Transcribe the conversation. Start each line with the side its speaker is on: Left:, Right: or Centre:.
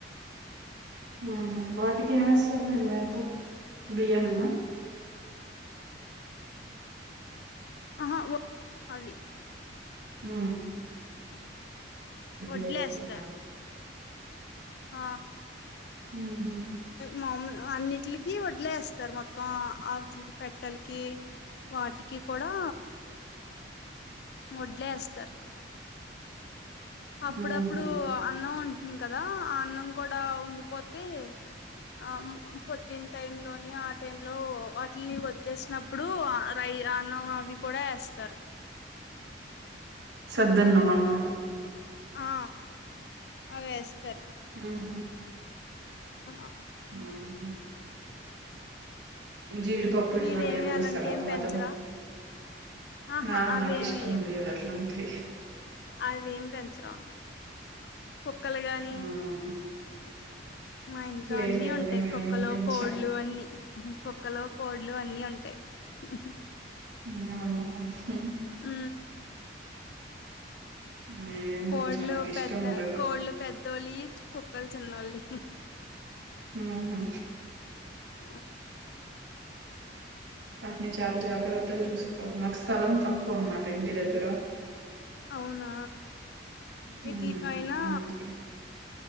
Right: ఆహా వాటికి ఏమి ఎస్తారు మరి మేత బియ్యంమేనా
Left: ఆహా ఒస్త్ అవి
Right: ఉ వదిలేస్తారా
Left: వడ్లేస్తరు ఆ
Right: ఆహ
Left: మాములు అన్నిటికి వడ్లే ఎస్తారు మొత్తం ఆటికి పెట్టలకి వాటికి కూడా వడ్లే ఎస్తరు అప్పుడప్పుడు
Right: ఉహు.
Left: అన్నం ఉంటుంది కదా ఆ అన్నం గూడా ఉండిపోతే ఆ పొద్దున టైమ్ లోని ఆ టైమ్ లో వాటిని వదిలేసినప్ అప్పుడు రై అన్నం అవి కూడా ఎస్తారు
Right: సద్దన్నం అన్నమాట
Left: అ అవి ఎస్తారు
Right: ఆహ
Left: ఆ
Right: ఆహ జీడిపప్పు ఇట్లాంటి
Left: మీరేమి
Right: ఏమనా
Left: అలాంటి
Right: ఇస్తారా
Left: ఏం
Right: బాదం
Left: పెంచరా ఆహా
Right: ఆ
Left: అవేమి
Right: నాకు ఇష్టం లేదు అట్లాంటి
Left: అది మేమ్ పెంచడం కుక్కలు గానీ
Right: హ్మ్.
Left: మా ఇంట్లో
Right: లేదు
Left: అన్ని
Right: లేదు.
Left: ఉంటాయి
Right: మేమేమేం
Left: కుక్కలు
Right: పెంచం.
Left: కోళ్లు అన్ని కుక్కలు కోళ్లు అన్ని ఉంటాయి హ
Right: వినబడ్ల్ అసలు
Left: ఉ
Right: మేమేం
Left: కోళ్లు
Right: పెంచం. నాకిష్టం
Left: పెద్ద
Right: ఉండదు.
Left: కోళ్ళ పెద్దోళ్ళి కుక్కలు చిన్నోళ్ళి
Right: ఉహు హ
Left: నాక్
Right: వాటిని చాలా జాగ్రత్తలు చూసుకోవాలి మాకు స్థలం తక్కువ అనమాట ఇంటి దగ్గర
Left: అవునా
Right: హ్మ్.
Left: ఇడ్లికాయినా
Right: అందుకని.